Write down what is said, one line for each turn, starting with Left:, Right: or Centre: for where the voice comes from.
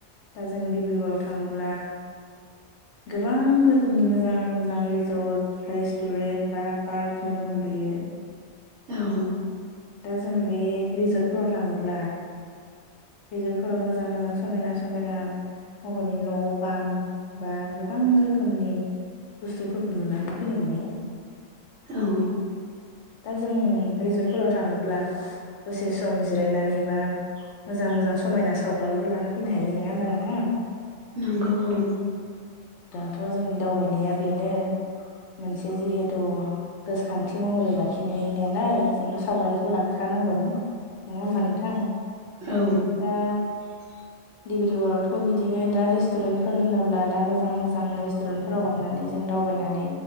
Left: दा जों डिब्रुगराव थाङोब्ला गोबां रोखोमनि मोजां मोजां रिजर्ट रेस्टुरेन्ट बा पार्क नुनो मोनबोयो
Right: औ
Left: दा जों बे रिजर्टफोराव थाङोब्ला रिजर्टफोराव मोजां मोजां समायना समायना महरनि न' बां बा गोबां रोखोमनि बुस्थुफोरखौ नुनानै फैनो मोनो
Right: औ
Left: दा जों रिजर्टफोराव थाङोब्ला दसे सम जिरायनानै बा मोजां मोजां समायना सावगारिबो लाना फैनो हायो नङा होमबा नोंथां
Right: नांगौ औ
Left: थ' जोंनि दावबायनाया बेनो मोनसे जिहेथु गोसोखांथि महरै ला खिनायनालाय जोंथ' सावगारिखौ लाखानांगोन नङा होमबा नोंथां?
Right: औ
Left: दा
Right: <inaudible>
Left: डब्रिगर आवथ' बिदिनो दा रेस्टुरेन्टफोर होनोब्ला दा मोजां मोजां रेस्टुरेन्टफोराव हाबनानै जों दा दावनानै